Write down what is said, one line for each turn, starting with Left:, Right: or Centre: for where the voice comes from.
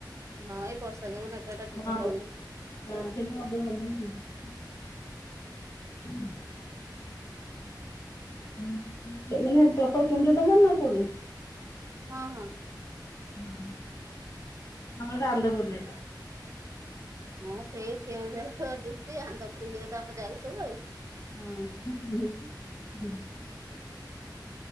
Right: ନା ଏଇବର୍ଷା ଯୋଗୁ ନେଟୱର୍କ ଠିକସେ
Left: ହଁ
Right: ପାଉନି।
Left: <unintelligible> ଉଁ ହୁଁ ମାନେ ପ୍ରପର କେଉଁଝରନା ନାକୋଉଠି?
Right: ହଁ ହଁ।
Left: ଅଁ ହଁ ଆମର ଏଟା ଆନ୍ଦପୁରରେ।
Right: ହଁ ସେଇ କେଉଁଝର ଡିଷ୍ଟି ଆନ୍ଦପୁର ଯାକ ଆମେ ଯାଉଚୁଯେ
Left: ହଁ <unintelligible>